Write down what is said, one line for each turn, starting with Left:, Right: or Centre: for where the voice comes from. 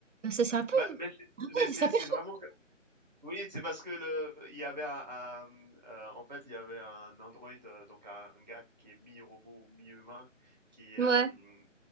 Right: Ça, c'est un peu,
Centre: Bah, mais c'est
Right: ah
Centre: mais c'est
Right: ouais, c'est un peu
Centre: c'est
Right: chaud.
Centre: vraiment que oui, c'est parce que le il y avait un un, mmh, heu, en fait, il y avait un androïde, heu, donc un gars qui est mi-robot, mi-humain, qui, hem,
Right: Ouais.